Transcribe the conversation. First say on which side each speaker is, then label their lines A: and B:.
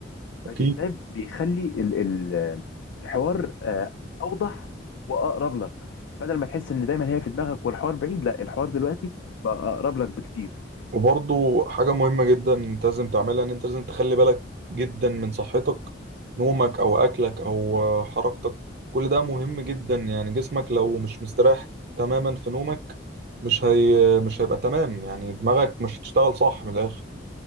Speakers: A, on the right; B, on the left.
A: أكيد
B: فده بيخلي ال ال الحوار آه، اوضح واقرب لك بدل ما تحس ان دايما هي في دماغك والحوار بعيد لا الحوار دلوقتي بقى اقرب لك بكتير
A: وبرضو حاجة مهمة جدا انت لازم تعملها ان انت لازم تخلي بالك جدا من صحتك نومك او اكلك او آه، حركتك كل ده مهم جدا يعني جسمك لو مش مستريح تماما في نومك مش هي مش هيبقى تمام يعني دماغك مش هتشتغل صح من الاخر